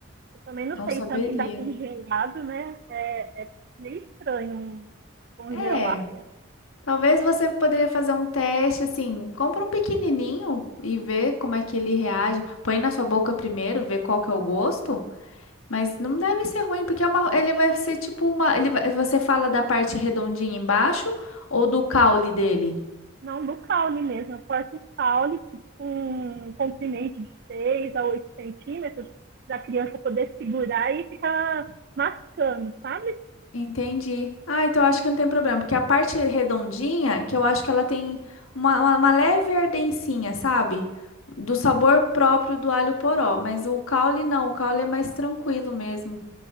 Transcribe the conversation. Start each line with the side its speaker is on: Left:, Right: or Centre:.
Right: Eu também não
Left: Não
Right: sei,
Left: saberia.
Right: também dá congelado, né? É, é meio estranho um congelar,
Left: É,
Right: né?
Left: talvez você poderia fazer um teste assim, compra um pequenininho e vê como é que ele reage. Põe na sua boca primeiro, vê qual que é o gosto. Mas não deve ser ruim, porque é uma, ele vai ser tipo uma. Ele vai- você fala da parte redondinha embaixo ou do caule dele?
Right: Não, do caule mesmo. Eu corto o caule, tipo, com um comprimento de 6 a 8 centímetros, pra criança poder segurar e ficar mascando, sabe?
Left: Entendi. Ah, então eu acho que não tem problema, porque a parte redondinha, que eu acho que ela tem uma, uma, uma leve ardencinha, sabe? Do sabor próprio do alho poró. Mas o caule não, o caule é mais tranquilo mesmo.